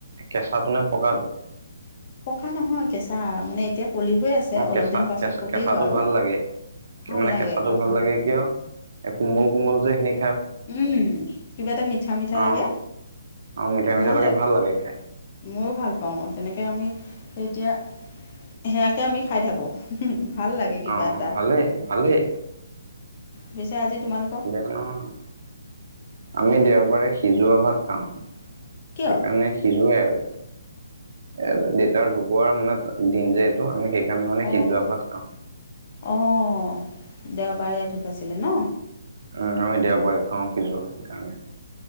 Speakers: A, on the right; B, on the left.
A: কেঁচাটো নে পকাটো? <unintelligible>
B: পকা নহয় কেঁচা মানে <unintelligible> এতিয়া কলি হৈ আছে,
A: অ
B: অলপ
A: কেঁচা
B: দিন পাছত
A: কেঁচা
B: পকিব
A: কেঁচাটো
B: আৰু
A: ভাল লাগে
B: ভাল
A: মানে
B: লাগে
A: কেঁচাটো
B: কোমল।
A: ভাল লাগে
B: <unintelligible>
A: কিয় এ কোমল কোমল যে সেনি
B: উম কিবা এটা মিঠা মিঠা
A: অ
B: লাগে
A: অ মিঠা মিঠা
B: ভাল লাগে
A: খাই
B: ময়ো ভাল পাওঁ তেনেকৈ আমি এতিয়া সেয়াকে আমি খাই থাকোঁ উম ভাল লাগে কিবা
A: অ
B: এটা
A: ভালেই ভালেই
B: পিছে আজি তোমালোক
A: <unintelligible> আমি দেওবাৰে সিজোৱা ভাত খাওঁ সেইকাৰণে
B: কিয়
A: সিজোৱাই আৰু এ দেতাৰ ঢুকুৱাৰ মানে দিন যে এইটো আমি শেষ সেইকাৰণে মানে
B: অঁ
A: সিজোৱা ভ খাওঁ
B: অঁ দেওবাৰে ঢোকাই ছিলে ন
A: উম আমি দেওবাৰে খাওঁ সিজুৱা যোৱা সেইকাৰণে